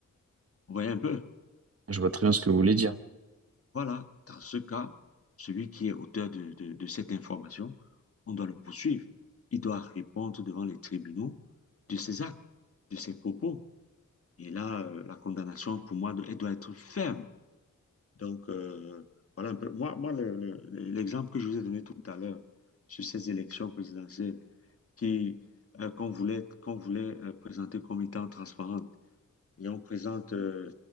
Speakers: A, on the left; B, on the right.
A: Vous voyez un peu?
B: Je vois très bien ce que vous voulez dire.
A: Voilà, dans ce cas, celui qui est auteur de, de- de cette information, on doit le poursuivre. Il doit répondre devant les tribunaux de ses actes, de ses propos. Et là, euh, la condamnation, pour moi, doit- elle doit être ferme. Donc, euh, voilà un peu. Moi, moi le- le- l'exemple que je vous ai donné tout à l'heure sur ces élections présidentielles qui, euh, qu'on voulait, qu'on voulait euh, présenter comme étant transparentes, et on présente euh,